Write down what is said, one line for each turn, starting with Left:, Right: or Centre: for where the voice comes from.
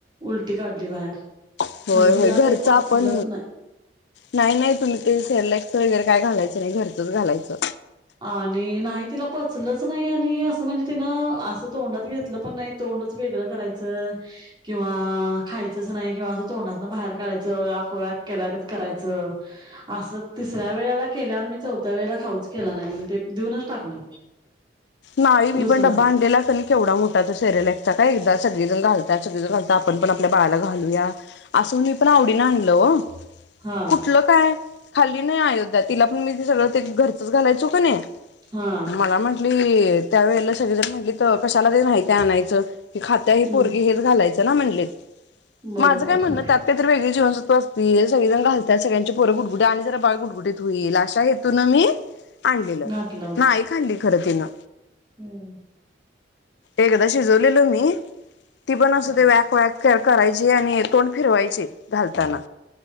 Right: उलटी काढली बाहेर
Left: होय
Right: म्हणजे
Left: होय
Right: तिला
Left: घरचा
Right: ते पचलंच
Left: आपण
Right: नाही
Left: नाही नाही तुम्ही ते सेरलक्स वगैरे काय घालायचं नाही घरचंच घालायचं.
Right: आणि नाही तिला पचलच नाही आणि असं म्हणजे तिनं असं तोंडात घेतलं पण नाही. तोंडच वेगळं करायचं किंवा खायचंच नाही किंवा असं तोंडातन बाहेर काढायचं आकग केल्यात करायचं. असं तिसऱ्या वेळेला केल्यावर मी चौथ्या वेळेला खाऊच केला नाही आणि ते देऊनच टाकलं.
Left: नाही मी
Right: दुसऱ्याना
Left: पण डबा आणलेला केवढा मोठा त्या सेरेलेक्स सगळेजण घालतात सगळेजण घालतात. आपण पण आपल्या बाळाला घालूया असून मी पण आवडीन आणल हो
Right: हा
Left: कुठलं काय खाली नाही अयोध्या तिला पण मी ते सगळं ते घरच घालायचो का नाही.
Right: हा
Left: मला म्हंटली त्यावेेळेला सगळीजण म्हटली तर कशाला दे नाही ते आणायचं. खात्या ह
Right: हम्म
Left: पोरगी हेच घालायचं ना म्हणले
Right: बरोबर
Left: माझं काय म्हणणं त्यात काहीतरी वेगळी जीवनसत्व असते सगळेण घालात सगळ्यां पोर गुटगुट्या आणि जरा बाळ गुटगुट ईल अशा हेतून मी आणलेलं
Right: घातलं होत.
Left: नाहीक आणली खरं तिनं
Right: हम्म
Left: एकदा शिजवलेलो मी ती पण अस
Right: हा.
Left: ते व्यक् व्यक् करायची आणि तोंड फिरवायचे घालताना